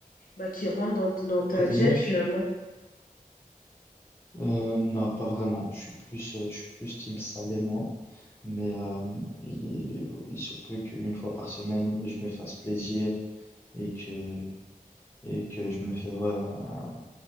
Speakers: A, on the left; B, on the left.
A: Bah, qui rentre dans, dans ta
B: Protéiné?
A: jet finalement.
B: Euh, non, pas vraiment. Je suis plus, euh, je suis plus team salé, moi. Mais euh, il, il se peut qu'une fois par semaine, je me fasse plaisir et que, et que je me fais ouais, un-